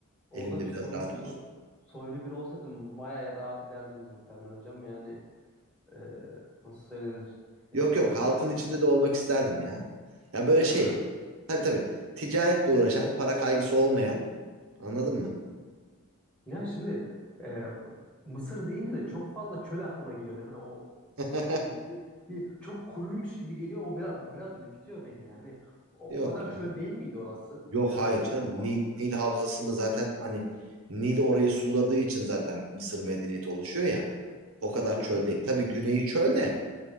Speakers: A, on the right; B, in the centre.
A: Elimde
B: Orada bir
A: biraz
B: soylu
A: rahat
B: bir
A: olsun.
B: soy- soylu biri olsaydım bayağı rahat ederdiniz muhtemelen hocam. Yani e, nasıl söylenir? Yani
A: Yok
B: bu,
A: yok halkın
B: bu,
A: içinde de
B: bu-
A: olmak isterdim ya. Ya böyle
B: öyle
A: şey
B: mi?
A: tabii tabii ticaretle uğraşan para kaygısı olmayan anladın mı?
B: Yani şimdi e, Mısır deyince de çok fazla çöl aklıma geliyor benim. Hani o
A: <laughs>
B: e, bir, bir çok kuruymuş gibi geliyor. O biraz biraz ürkütüyor beni ya. Hani o,
A: Yok
B: o kadar
A: yani.
B: çöl değil miydi orası?
A: Yok
B: Yani
A: hayır
B: o,
A: canım.
B: o-
A: Nil, Nil Havzası'nda zaten hani Nil orayı suladığı için zaten Mısır medeniyeti oluşuyor ya. O kadar
B: hı hı.
A: çöl değil. Tabii güneyi çöl de